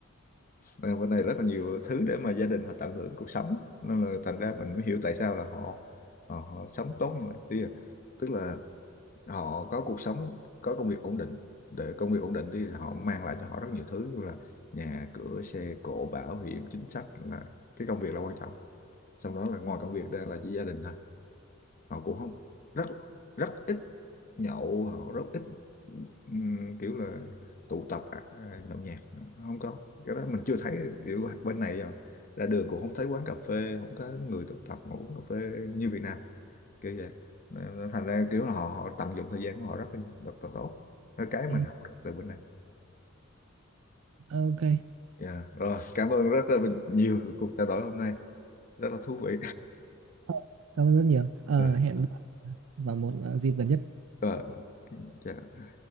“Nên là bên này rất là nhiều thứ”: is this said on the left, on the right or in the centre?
Left